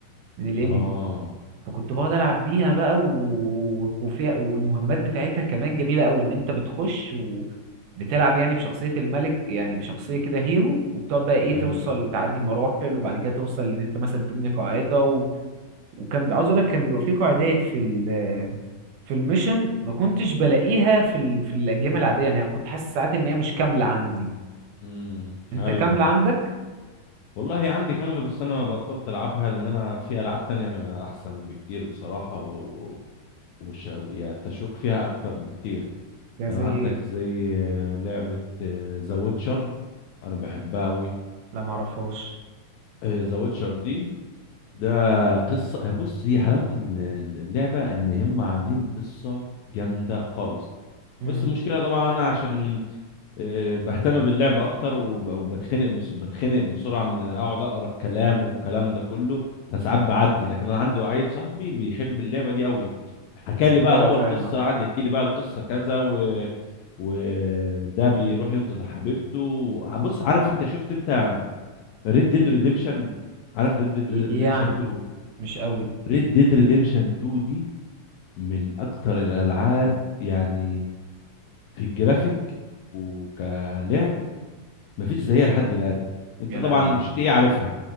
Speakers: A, on the right (about 80°); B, on the left (about 80°).
A: من الانمي
B: اه
A: فكنت بقعد العب بيها بقى و... وفيها والمهمات بتاعتها كمان جميله قوي ان انت بتخش وبتلعب يعني بشخصيه الملك يعني بشخصيه كده هيرو وبتقعد بقى ايه
B: ايوه
A: توصل وتعدي مراحل وبعد كده توصل ان انت مثلا تبني قاعده و... وكان عاوز اقول لك كان بيبقى في قاعدات في ال... في الميشن ما كنتش بلاقيها في ال... في الاجيال العاديه يعني أنا كنت حاسس ساعات ان هي مش كامله عندي
B: امم
A: انت
B: ايوه
A: كامله عندك
B: والله عندي كاملة بس انا بطلت العبها لان انا في العاب تانية احسن بكتير بصراحة و... وش... يعني التشويق فيها اكتر بكتير
A: ده
B: كان
A: زي
B: عندك
A: ايه
B: زي آه، لعبة آه، ذا ويتشر أنا بحبها أوي
A: لا معرفهاش
B: آه، ذا ويتشر دي ده قصة آه، بص هي حلاوة ال- ال- اللعبة إن هم عاملين قصة جامدة خالص
A: امم
B: بس المشكلة طبعا أنا عشان آه، بهتم باللعب اكتر وب- وبتخنق بس بتخنق بسرعه من اقعد اقرا الكلام والكلام ده كله فساعات بعدي لكن انا عندي عيل صاحبي بيحب اللعبه دي قوي حكى لي بقى
A: ايوه
B: هو
A: فاهمك
B: القصه قعد يحكي لي بقى القصه كذا و... وده بيروح ينقذ حبيبته بص عارف انت شفت انت ريد ديد ريديمشن عارف ريد ديد ريديمشن
A: يعني
B: 2
A: مش قوي
B: ريد ديد ريديمشن 2 دي من اكتر الالعاب يعني في الجرافيك وكلعب مفيش زيها لحد الان انت
A: يا
B: طبعا
A: لهوي
B: جي تي ايه عارفها